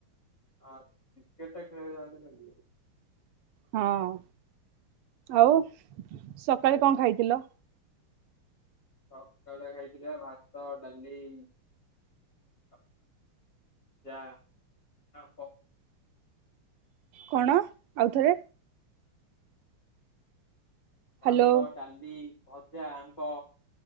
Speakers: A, on the left; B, on the right.
A: ହଁ ଟିକେଟ <unintelligible>
B: ହଁ ଆଉ ସକାଳେ କଣ ଖାଇଥିଲ?
A: ସକାଳେ ଖାଇଥିଲା ଭାତ- ଡାଲି- <inaudible>
B: କଣ ଆଉ ଥରେ।
A: ଭାତ-ଡାଲି-ଭଜା-
B: ହ୍ୟାଲୋ
A: ଆମ୍ବ।